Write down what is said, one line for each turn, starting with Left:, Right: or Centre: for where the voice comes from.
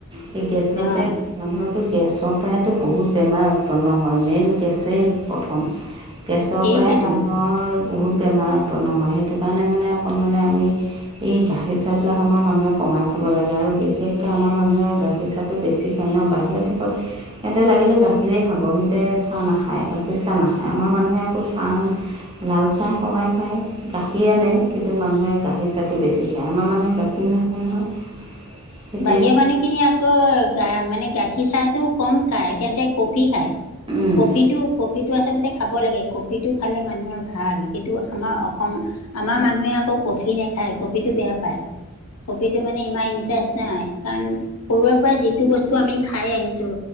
Right: সেই গেছতে
Left: অঁ
Right: মানুহৰটো গেছৰ পৰাইতো বহুত বেমাৰ উৎপন্ন হয়। মেইন গেছেই প্ৰথম গেছৰ
Left: সেইটোৱেতো
Right: পৰাই মানুহৰ বহুত বেমাৰ উৎপন্ন হয় সেইটো কাৰণে মানে অকণমান আমি এই গাখীৰ চাহ বিলাক আমাৰ মানুহে কমাই খাব লাগে আৰু বিশেষকে আমাৰ মানুহে গাখীৰ চাহ চাহটো বেছি খায় ন বাহিৰৰ দেশত সিহঁতে লাগিলে গাখীৰেই খাব সিহঁতে চাহ নাখায় গাখীৰ চাহ নাখায় আমাৰ মানুহে আকৌ চাহ লাল চাহ কমাই খায় গাখীৰ আনে কিন্তু মানুহে গাখীৰ তাটো বেছি খায় আমাৰ মানে গাখীৰ নাখায় নহয় সেইটোৱে
Left: বাহিৰা মানুহ খিনিয়ে আকৌ গা মানে গাখীৰ চাহটো কম খায় সিহঁতে কফি খায়।
Right: সেইটোৱে
Left: কফিটো কফিটো আচলতে খাব লাগে কফিটো খালে মানুহৰ ভাল কিন্তু আমাৰ অসম আমাৰ মানুহে আকৌ কফি নেখায় কফিটো বেয়া পায় কফিটো মানে ইমান ইন্টাৰেষ্ট নাই কাৰণ সৰুৰে পৰা যিটো বস্তু আমি খাই আহিছোঁ